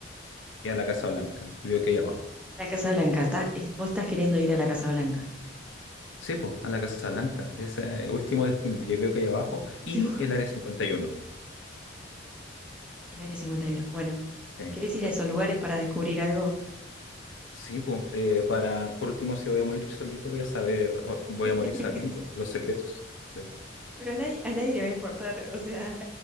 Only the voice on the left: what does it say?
y a la Casa Blanca, y veo que hay abajo.
Sí, pues, a la Casa Blanca, ese es el último destino, y ahí veo que hay abajo,
y
el Área cincuenta y uno
Sí.
Sí, pues, eh, para, por último, si voy a morir solito, voy a saber, o voy
a morir sabiendo los secretos, ¿ves?